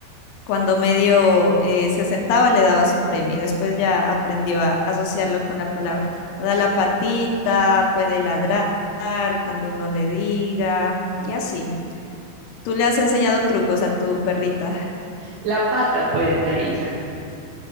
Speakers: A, on the left; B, on the right.
A: Cuando medio eh, se sentaba, le daba su premio y después ya aprendió a asociarlo con la palabra. Da la patita, puede ladrar cuando uno le diga y así. Tú le has enseñado trucos a tu perrita.
B: La pata puede dar ella.